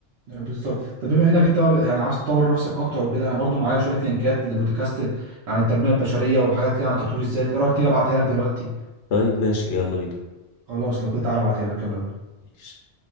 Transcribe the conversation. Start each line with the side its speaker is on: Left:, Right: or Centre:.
Right: بالظبط طب بما انك انت بقى يعني عايز تطور نفسك اكتر وكده انا برضو معايا شويه لينكات لبودكاست عن التنميه البشريه وحاجات كده عن تطوير الذات ايه رايك تيجي ابعتها لك دلوقتي
Left: طيب ماشي يلا
Right: خلاص لو كده تعالى ابعتها لك يلا بينا
Left: بينا